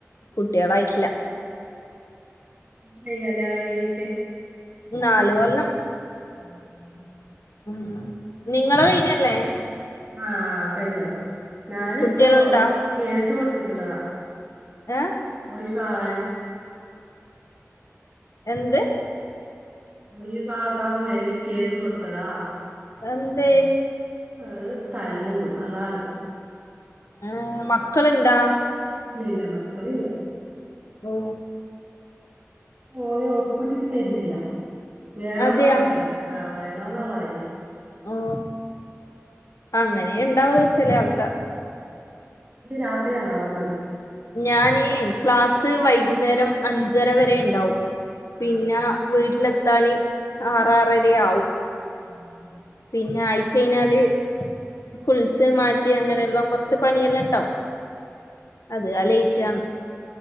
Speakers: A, on the left (about 75°); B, on the right (about 30°).
A: കുട്ടികളായിട്ടില്യ
B: സയിക ആണം ക ഇട്ട <unintelligible>
A: നാല് കൊല്ലം
B: ആ
A: ആ അ നിങ്ങള കയിഞ്ഞല്ലേ
B: ആ കയിഞ്ഞതാ ഞാനിപ്പോ
A: കുട്ടികളുണ്ടാ
B: കേസു കൊടുത്ത് ത്തിട്ടുള്ളതാ
A: ഏ
B: ധിവാണ്
A: എന്ത്
B: ഒഴിവാക്കാവേണ്ടി കേസ് കൊടുത്തതാ
A: എന്തേ
B: അത് തല്ലുന്നു അതാണ്
A: ഏ മക്കള്ഉണ്ടാ
B: ഇല്ല ഇല്ല മക്കളില്ല
A: ഓ
B: പോയ ഒപ്പിട്ടിട്ട് തരുന്നില്ല വേണോ
A: അതെയാ
B: എന്നാ പറയുന്ന ആ വേ ആണോന്നാ പറയുന്നത്
A: ഓ അങ്ങനെ
B: ക്ലാസ്
A: ഉണ്ടാവും ചില ആൾക്കാ ക
B: രാത്രിയാണോവാ
A: ഞാൻ ക്ലാസ് ക്ലാസ് വൈകുന്നേരം അഞ്ചര വരെ ഉണ്ടാവും പിന്നെ
B: ആഹ്
A: വീട്ടിലെത്താാന് ആറാറര ആവും
B: ഉം
A: പിന്നെ ആയി കഴിഞ്ഞാല് കുളിച്ച്മാറ്റ കുട്ടി അങ്ങനെല്ലാം കുറച്ച് പണിയെല്ലാം ഉണ്ടാവും അത് അലയ് ചമ്